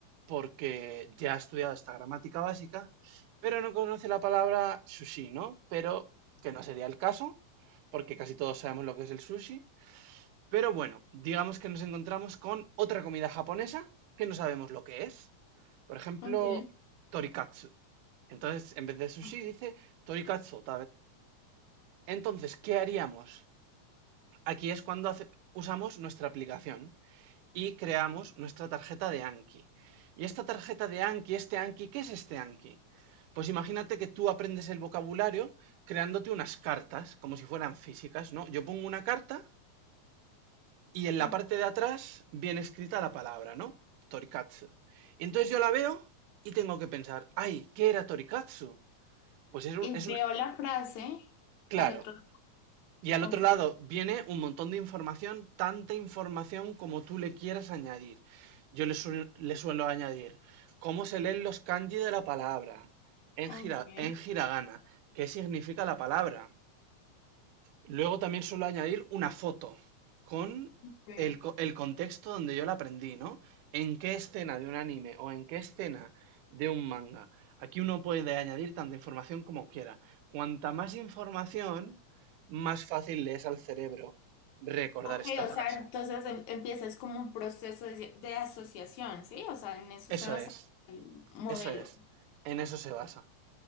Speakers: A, on the right; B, on the left.
A: porque ya ha estudiado esta gramática básica, pero no conoce la palabra sushi, ¿no? Pero que no sería el caso, porque casi todos sabemos lo que es el sushi. Pero bueno, digamos que nos encontramos con otra comida japonesa que no sabemos lo que es. Por ejemplo,
B: Ok.
A: torikatsu. Entonces, en vez de sushi,
B: Ah,
A: dice torikatsu, o entonces, ¿qué haríamos? Aquí es cuando hace- usamos nuestra aplicación y creamos nuestra tarjeta de Anki. Y esta tarjeta de Anki, este Anki, ¿qué es este Anki? Pues imagínate que tú aprendes el vocabulario creándote unas cartas, como si fueran físicas, ¿no? Yo pongo una carta y en la
B: ok.
A: parte de atrás viene escrita la palabra, ¿no? Torikatsu. Y entonces yo la veo y tengo que pensar, ay, ¿qué era Torikatsu? Pues es un,
B: Y
A: es
B: veo
A: un,
B: la frase
A: claro,
B: al otro
A: Y al
B: lado.
A: otro
B: Ok.
A: lado viene un montón de información, tanta información como tú le quieras añadir. Yo le, suel- le suelo añadir cómo se leen los kanji de la palabra en,
B: Ok.
A: hira- en hiragana, qué significa la palabra. Luego también suelo añadir una foto con
B: ok.
A: el, co- el contexto donde yo la aprendí, ¿no? ¿En qué escena de un anime o en qué escena de un manga? Aquí uno puede añadir tanta información como quiera. Cuanta más información, más fácil le es al cerebro recordar
B: Ok,
A: esta
B: o
A: frase.
B: sea, entonces em- empieza es como un proceso de, de asociación, ¿sí? O sea, en eso
A: Eso
B: se basa
A: es,
B: el modelo.
A: eso es. En eso se basa.